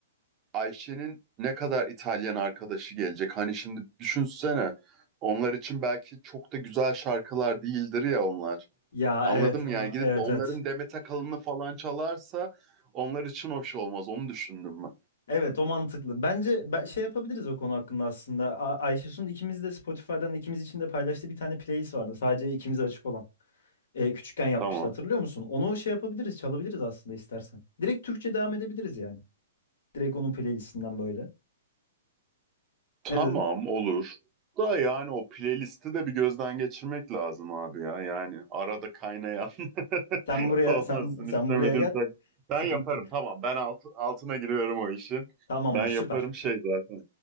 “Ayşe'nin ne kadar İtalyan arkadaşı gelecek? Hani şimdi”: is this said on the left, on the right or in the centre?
Right